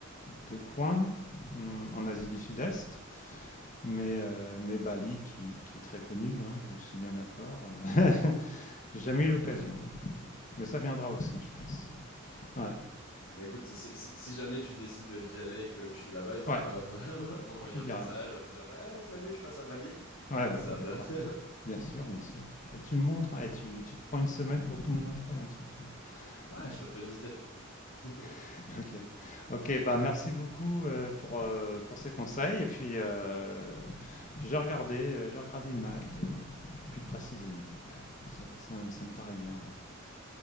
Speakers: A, on the left; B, on the left.
A: de coin mm, en Asie du Sud-Est. Mais, euh, mais Bali, qui, qui est très connu, hein, je suis bien d'accord. <laughs> J'ai jamais eu l'occasion. Mais ça viendra aussi, je pense. Ouais,
B: Bah écoute, si, si- si jamais tu décides d'y aller et que je suis là-bas, n'hésite
A: ouais,
B: pas <laughs> à m'envoyer
A: je te
B: un
A: dirai.
B: message, à me dire, eh, salut, je passe à Valier.
A: Ouais,
B: On
A: ouais,
B: essaiera
A: ouais, d'accord.
B: de. <laughs>
A: Bien sûr, bien sûr. Et tu me montres, hein, et tu, tu te prends une semaine pour tout me montrer, hein, surtout.
B: Ouais,
A: Ouais,
B: je te ferai visiter. <laughs>
A: <laughs> t'inquiète. Ok, bah merci beaucoup euh, pour, euh, pour ces conseils. Et puis, euh, puis j'ai regardé, euh, j'ai regardé Malte euh, plus précisément. Ouais, ça, ça, me ça me paraît bien. Ouais.